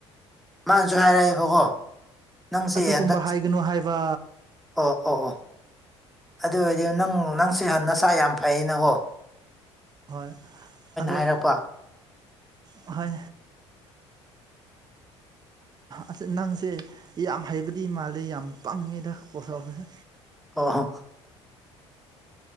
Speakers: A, in the centre; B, on the right.
A: ꯃꯥꯅꯁꯨ ꯍꯥꯏꯔꯛꯑꯦꯕꯀꯣ ꯅꯪꯁꯦ
B: ꯑꯗꯨꯒꯨꯝꯕ
A: ꯍꯟꯗꯛ
B: ꯍꯥꯏꯒꯅꯨ ꯍꯥꯏꯕ
A: ꯑꯣ ꯑꯣ ꯑꯣ ꯑꯗꯨ ꯑꯣꯏꯔꯗꯤ ꯅꯪ ꯅꯪꯁꯦ ꯅꯁꯥ ꯌꯥꯝ ꯐꯩꯌꯦꯅꯀꯣ
B: ꯍꯣꯏ ꯑꯗꯣ
A: ꯍꯥꯏꯔꯛꯄ
B: ꯍꯣꯏ ꯑꯁ ꯅꯪꯁꯦ ꯌꯥꯝ ꯍꯩꯕꯗꯤ ꯃꯥꯜꯂꯤꯦ ꯌꯥꯝ ꯄꯪꯉꯦꯗ ꯄꯣꯁꯐꯁꯦ
A: ꯑꯣ ꯍꯣ